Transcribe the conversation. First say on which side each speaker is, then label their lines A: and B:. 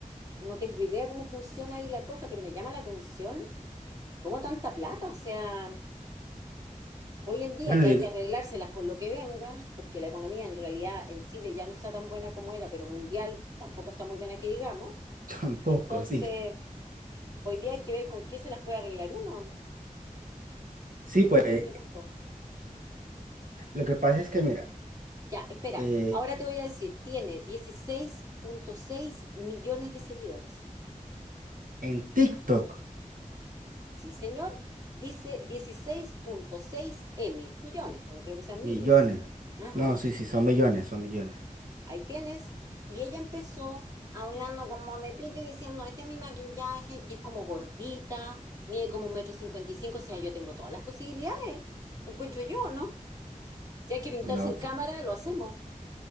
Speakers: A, on the right; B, on the right.
A: No tengo idea cómo funciona ahí la cosa, pero me llama la atención cómo tanta plata, o sea, Hoy en día
B: Bueno,
A: que
B: digo,
A: hay que arreglárselas con lo que venga, porque la economía en realidad en Chile ya no está tan buena como era, pero mundial tampoco está muy buena que digamos.
B: <laughs> tampoco,
A: Entonces,
B: sí.
A: hoy día hay que ver con quién se las puede arreglar uno.
B: Sí, pues
A: Eso
B: eh,
A: te pregunto.
B: lo que pasa es que mira,
A: Ya, espera,
B: eh,
A: ahora te voy a decir, tiene dieciséis punto seis millones de seguidores.
B: en TikTok,
A: Sí, señor, dice dieciséis punto seis M, millones, pues no creo que sean
B: millones.
A: miles. Ajá.
B: No, sí, sí, son millones, son millones.
A: ahí tienes. Y ella empezó hablando como de pito y diciendo, este es mi maquillaje, y es como gordita, mide como un metro cincuenta y cinco, o sea, yo tengo todas las posibilidades, encuentro yo, ¿no? Si hay que pintarse
B: No,
A: en cámara,
B: pues,
A: lo hacemos.